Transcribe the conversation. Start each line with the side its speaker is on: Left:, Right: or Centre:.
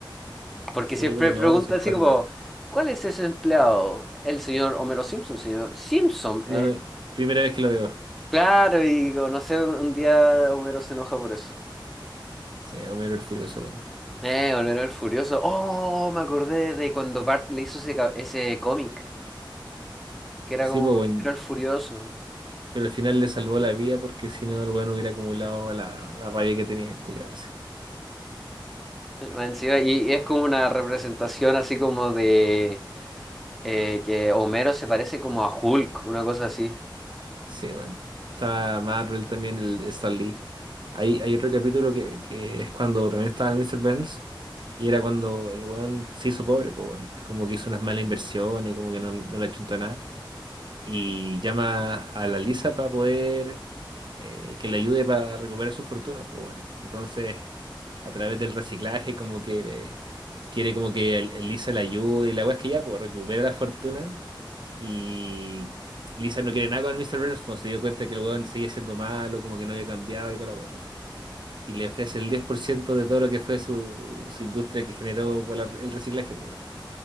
Centre: Porque
Right: sí,
Centre: siempre
Right: pues
Centre: pregunta
Right: no, soy
Centre: así
Right: cuático.
Centre: como, ¿cuál es ese empleado? El señor Homero Simpson, señor Simpson.
Right: No,
Centre: eh.
Right: no, primera vez que lo veo.
Centre: Claro, y digo, no sé, un día Homero se enoja por eso.
Right: Sí, Homero el Furioso, weón.
Centre: Eh, Homero el Furioso. Oh, me acordé de cuando Bart le hizo ese, ca- ese cómic, que era
Right: Sí,
Centre: como
Right: pues weón.
Centre: Homero el Furioso.
Right: Pero al final le salvó la vida porque si no, el weón hubiera acumulado la, la rabia que tenía el culiado
Centre: Más encima, Y y es como una representación así como de eh, que Homero se parece como a Hulk, una cosa así.
Right: Sí, bueno. Está Marvel también, el Stan Lee. Hay, hay otro capítulo que, que es cuando también estaba el Mr. Burns y era cuando el weón se hizo pobre, pues bueno. Como que hizo unas malas inversiones, como que no, no le achuntó nada y llama a la Lisa para poder eh, que le ayude para recuperar su fortuna, pues bueno. Entonces, a través del reciclaje, como que le- quiere como que el- el Lisa le ayude y la weá es que ya, pues recupera la fortuna y Lisa no quiere nada con Mr. Burns, pues se dio cuenta que el weón seguía siendo malo, como que no había cambiado y toda la weá, pues. Y le ofrece el 10% de todo lo que fue su, su industria que generó por la- el reciclaje, pues,